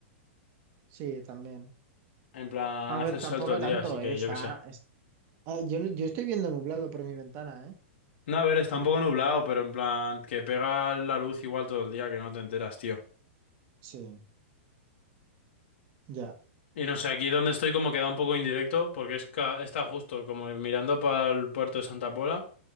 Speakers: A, on the right; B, on the left.
A: Sí, también.
B: En plan,
A: Aunque
B: hace
A: tampoco
B: sol todo el
A: tanto,
B: día, así que
A: eh, Está,
B: yo qué sé.
A: es- Ah, yo, yo estoy viendo nublado por mi ventana, ¿eh?
B: No, a ver, está un poco nublado, pero en plan, que pega la luz igual todo el día, que no te enteras, tío.
A: Sí, ya.
B: Y no sé, aquí donde estoy como queda un poco indirecto, porque es ca- está justo como mirando para el puerto de Santa Pola,